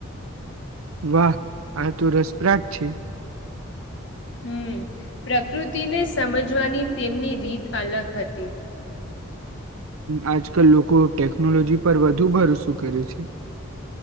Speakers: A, on the right (about 85°); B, on the left (about 60°).
A: વાહ આ તો રસપ્રાટ છે
B: હમ પ્રકૃતિને સમજવાની તેમની રીત અલગ હતી
A: આજ કલ લોકો ટેકનોલોજી પર વધુ ભરોસો કરે છે